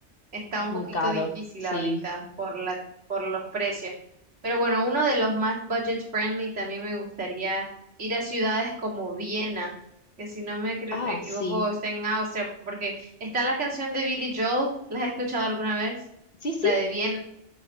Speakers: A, on the right; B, on the left.
A: está
B: Es
A: un
B: muy
A: poquito
B: caro.
A: difícil
B: Sí.
A: ahorita por la, por los precios. Pero bueno, uno de los más budget friendly también me gustaría ir a ciudades como Viena, que si no me cre-
B: Ah,
A: equivoco
B: sí.
A: está en Austria, porque está la canción de Billy Joel, ¿la has escuchado alguna vez?
B: Sí, sí,
A: La de Viena.